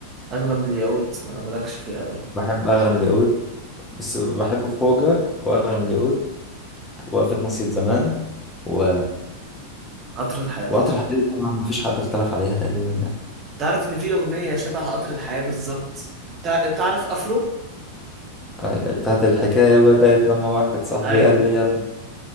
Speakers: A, on the right (about 30°); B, on the left (about 15°).
A: اغلى من الياقوت ولا مالكش فيها قوي
B: بحب أغلى من الياقوت بس بحب خوجة وأغلى من الياقوت وقفة ناصية زمان و...
A: قطر الحياة
B: وقطر
A: طب
B: الحياة طبعا مفيش حد اختلف عليها تقريبا يعني
A: تعرف ان في اغنية شبه قطر الحياة بالظبط تع- تعرف افرو
B: آه، بتاعت الحكاية بدأت لما واحد صاحبي
A: ايوه
B: قال لي يلا